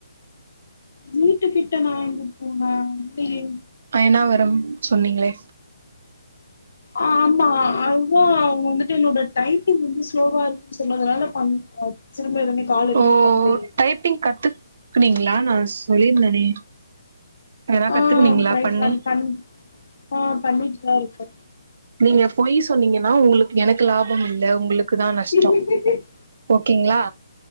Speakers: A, on the left; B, on the right.
A: வீட்டு கிட்ட நா எங்க போனே இல்லையே
B: அயனாவரம் சொன்னீங்களே
A: ஆ ஆமா அதுதா அவங்க வந்துட்டு என்னோட டைப்பிங் வந்து ஸ்லோவா இருக்குன் சொன்னதுனால பண் அ திரும்ப எதுமே கால் எதுமே
B: ஓ
A: பண்லையே
B: டைப்பிங் கத்துக் குனீங்களா நா சொல்லிருந்தனே எதனா
A: ஆ
B: கத்துக்குனீங்ளா
A: ட்ரை
B: பண்ணி
A: பண் பண் ஆ பண்ணிட்டுதா இருக்கே
B: நீங்க பொய் சொன்னீங்கனா உங்களுக் எனக்கு லாப் பமில்ல உங்களுக்கு தா நஷ்டோ
A: இருக்கேன்.
B: ஓகேங்ளா